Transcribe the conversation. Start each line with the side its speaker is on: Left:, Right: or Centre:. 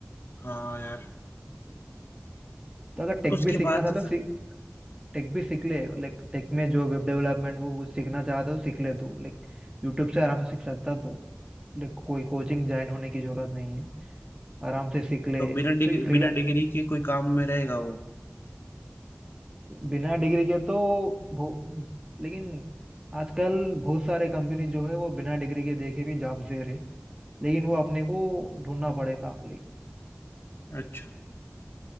Left: हाँ यार
Right: तो अगर टेक
Left: उसके
Right: भी सीखना
Left: बाद
Right: था तो सीख टेक भी सीख ले लाइक टेक में जो वेब डेवलपमेंट वो कुछ सीखना चाहता तो सीख ले तू लाइक यूट्यूब से आराम से सीख सकता तू लाइक कोई कोचिंग ज्वाइन होने की जरूरत नहीं है आराम से सीख ले
Left: तो बिना डिग्री
Right: तो ये फ्रीला
Left: बिना डिग्री के कोई काम में रहेगा वो
Right: बिना डिग्री के तो बहु- लेकिन आजकल बहुत सारे कंपनी जो है वो बिना डिग्री के देखे भी जॉब्स दे रहे लेकिन वो अपने को ढूंढना पड़ेगा
Left: अच्छा